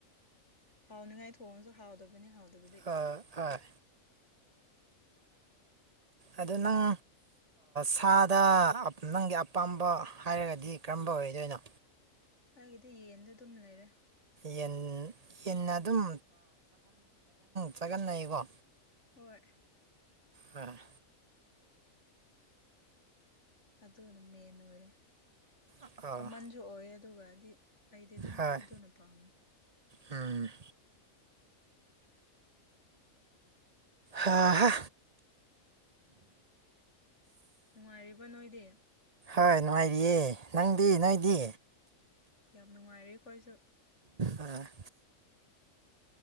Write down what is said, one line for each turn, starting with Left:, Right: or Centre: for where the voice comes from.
Left: ꯍꯥꯎꯅꯤꯉꯥꯏ ꯊꯣꯡꯉꯁꯨ ꯍꯥꯎꯗꯕꯅꯤ ꯍꯥꯎꯗꯕꯗꯤ
Right: ꯍꯣꯏ ꯑ ꯅꯪ ꯁꯥꯗ ꯅꯪꯒꯤ ꯑꯄꯥꯝꯕ ꯍꯥꯏꯔꯒꯗꯤ ꯀꯔꯝꯕ ꯍꯣꯏ ꯑꯗꯨ ꯑꯣꯏꯅꯣ
Left: ꯑꯩꯒꯤꯗꯤ ꯌꯦꯟꯗꯣ ꯑꯗꯨꯝ ꯂꯩꯔꯦ
Right: ꯌꯦꯟ ꯌꯦꯟꯅ ꯑꯗꯨꯝ ꯆꯥꯒꯅꯩꯀꯣ
Left: ꯍꯣꯏ
Right: ꯎꯝ
Left: ꯑꯗꯨꯅ ꯃꯦꯟ ꯑꯣꯏꯔꯦ
Right: ꯑꯥ
Left: ꯀꯃꯟꯁꯨ ꯑꯣꯏ ꯑꯗꯨꯒꯗꯤ ꯑꯩꯗꯤ ꯑꯗꯨꯝ
Right: ꯍꯣꯏ
Left: ꯑꯗꯨꯅ ꯄꯥꯝꯃꯦ
Right: ꯎꯝ ꯑꯥ ꯍꯥ
Left: ꯅꯨꯡꯉꯥꯏꯔꯤꯕ ꯅꯣꯏꯗꯤ
Right: ꯍꯣꯏ ꯅꯨꯡꯉꯥꯏꯔꯤꯌꯦ ꯅꯪꯗꯤ ꯅꯣꯏꯗꯤ
Left: ꯌꯥꯝ ꯅꯨꯡꯉꯥꯏꯔꯦ ꯑꯩꯈꯣꯏꯁꯨ
Right: ꯑ